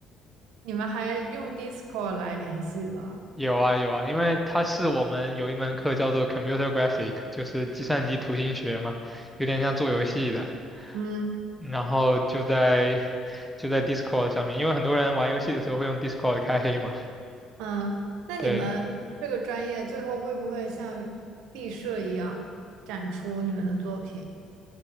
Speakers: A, on the right; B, in the centre.
A: 你们还用 Discord 来联系的？
B: 有啊，有啊，因为他是我们有一门课叫做 Computer Graphic，就是计算机图形学嘛，有点像做游戏的。
A: 嗯
B: 然后就在就在 Discord 上面，因为很多人玩游戏的时候会用 Discord 开黑嘛。
A: 嗯，那你们这个专业最后会不会像毕设一样展出你们的作品？
B: 对，